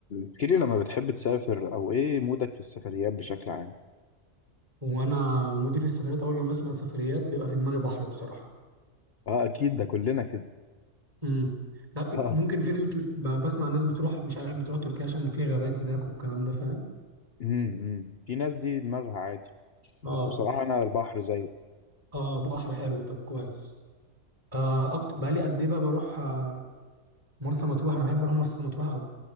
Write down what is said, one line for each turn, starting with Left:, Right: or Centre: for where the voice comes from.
Left: احكي لي لما بتحب تسافر او ايه مودك في السفريات بشكل عام
Right: وانا مودي في السفريات اول لما بسمع سفريات بيبقى في دماغي بحر بصراحه
Left: اه اكيد ده كلنا كده
Right: امم لا في
Left: اه
Right: ممكن في ناس بت- ب- بسمع الناس بتروح مش عارف بتروح تركيا عشان في غابات هناك والكلام ده فاهم
Left: امم إمم. في ناس دي دماغها عادي بس
Right: اه
Left: بصراحة انا البحر زيه
Right: اه بحر حلو طب كويس آه أكت... بقى لي قد ايه بقى بروح آه مرسى مطروح انا بحب اروح مرسى مطروح قوي